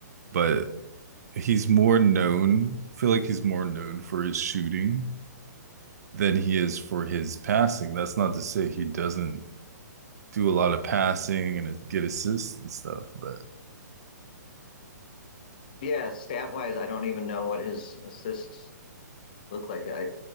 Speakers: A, on the right (about 60°); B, on the left (about 30°).
A: but he's more known, I feel like he's more known for his shooting than he is for his passing. That's not to say he doesn't do a lot of passing and get assists and stuff, but
B: Yeah, stat wise, I don't even know what his assists look like. I